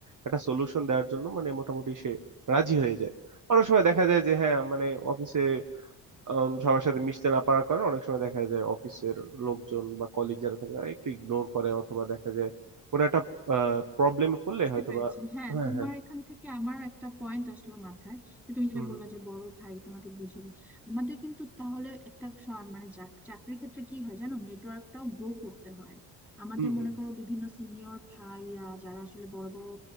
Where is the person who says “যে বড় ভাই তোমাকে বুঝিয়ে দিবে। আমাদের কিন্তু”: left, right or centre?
Centre